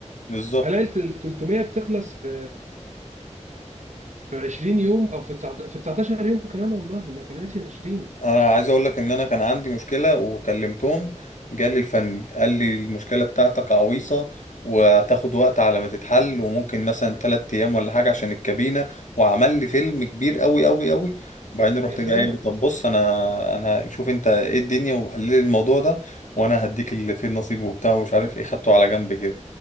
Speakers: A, on the left; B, on the right.
A: بالظبط
B: الاقي ال 300 بتخلص في في 20 يوم او في 19 في 19 يوم كمان والله ما كملتش ال 20
A: انا عايز اقول لك ان انا كان عندي مشكله وكلمتهم جالي الفني قال لي المشكله بتاعتك عويصه وهتاخد وقت على ما تتحل وممكن مثلا تلات ايام ولا حاجه عشان الكابينه وعمل لي فيلم كبير قوي قوي قوي وبعدين رحت
B: يا سلام
A: جاي قايل له طب بص انا انا شوف انت ايه الدنيا وحل لي الموضوع ده وانا هديك اللي فيه النصيب وبتاع ومش عارف ايه خدته على جنب كده